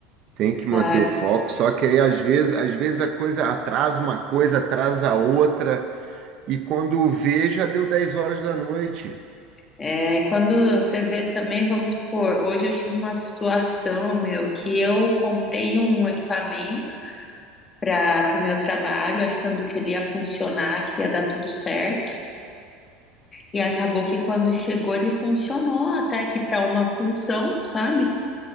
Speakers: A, on the right; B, on the left.
A: Tem que
B: Claro.
A: manter o foco. Só que aí, às vezes, às vezes a coisa atrasa uma coisa, atrasa a outra. E quando vê, já deu 10 horas da noite.
B: É, e quando você vê também, vamos supor, hoje eu tive uma situação, meu, que eu comprei um equipamento para o meu trabalho, achando que ele ia funcionar, que ia dar tudo certo. E acabou que quando chegou ele funcionou até que para uma função, sabe?